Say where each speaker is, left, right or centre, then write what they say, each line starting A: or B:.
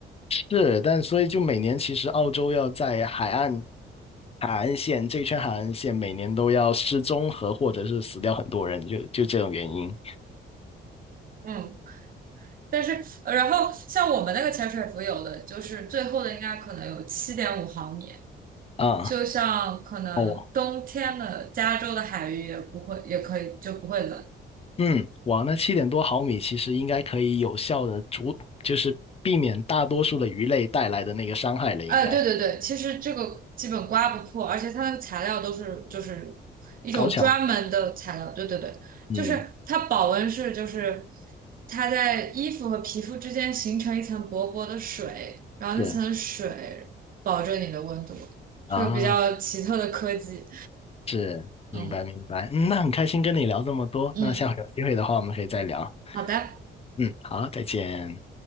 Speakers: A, on the left (about 30°); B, on the right (about 45°).
A: 是，但所以就每年其实澳洲要在海岸海岸线这一圈海岸线每年都要失踪和或者是死掉很多人，就就这种原因
B: 嗯，但是，呃然后像我们那个潜水服，有的就是最厚的，应该可能有七点五毫米。
A: 啊。
B: 就像可能冬天的加州的海域也不会，
A: 哦，
B: 也可以就不会冷，
A: 嗯，哇，那七点多毫米其实应该可以有效的阻，就是避免大多数的鱼类带来的那个伤害了，应该
B: 哎，对对对，其实这个基本刮不破，而且它那个材料都是就是一种专门的材料，
A: 高强。
B: 对对对，
A: 嗯，
B: 就是它保温是就是它在衣服和皮肤之间形成一层薄薄的水，然后那层水保证你的温度，
A: 是
B: 是个比较奇特的科技。
A: 啊，是，明白明白。
B: 嗯
A: 嗯，那很开心跟你聊这么多，
B: 嗯，
A: 那下回有机会的话我们可以再聊。
B: 好的。
A: 嗯，好，再见。